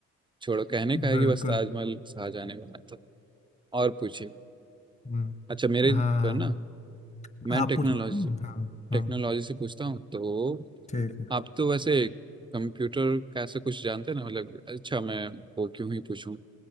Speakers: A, on the right; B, on the left.
A: छोड़ो कहने का है
B: बिल्कुल
A: कि बस ताजमहल शाहजहाँ ने बनाया था और पूछिए
B: हम्म
A: अच्छा मेरे जो
B: हाँ
A: है ना
B: हाँ हाँ।
A: मैं
B: आप
A: टेक्नोलॉजी
B: पूछ रहे हो?
A: से
B: ना? हाँ
A: टेक्नोलॉजी
B: हाँ
A: से पूछता हूँ तो
B: ठीक है
A: आप तो वैसे कंप्यूटर का ऐसा कुछ जानते हैं ना मतलब अच्छा मैं वो क्यों ही पूछूं